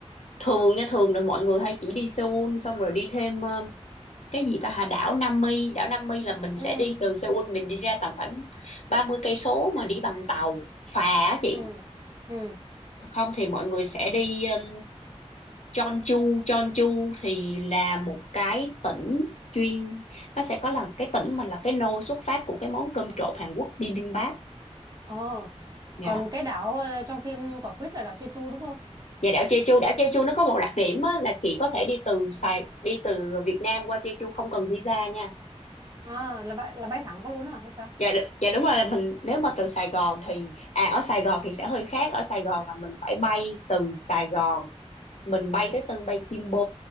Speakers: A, on the left (about 75°); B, on the right (about 30°).
A: thường nha thường là mọi người hay chỉ đi Seoul xong rồi đi thêm ờ, cái gì ta hà đảo Nam Mi đảo Nam Mi là mình
B: Ừ
A: sẽ đi từ Seoul mình đi ra tầm khoảng 30 cây số mà đi bằng tàu phà á chị
B: ừ ừ.
A: không thì mọi người sẽ đi um, Jeonju Jeonju thì là một cái tỉnh chuyên nó sẽ có là cái tỉnh mà là cái nôi xuất phát của cái món cơm trộn Hàn Quốc bibimbap
B: Ồ.
A: nha
B: Còn cái đảo ờ, trong phim Quả Quýt là đảo Jeju đúng không?
A: Và đảo Jeju, đảo Jeju nó có một đặc điểm á, là chị có thể đi từ Sài đi từ Việt Nam qua Jeju không cần visa nha.
B: À là bay là bay thẳng có luôn à hay sao?
A: dạ đ- dạ đúng rồi là mình nếu mà từ Sài Gòn thì à ở Sài Gòn thì sẽ hơi khác ở Sài Gòn là mình phải bay từ Sài Gòn mình bay tới sân bay Gimpo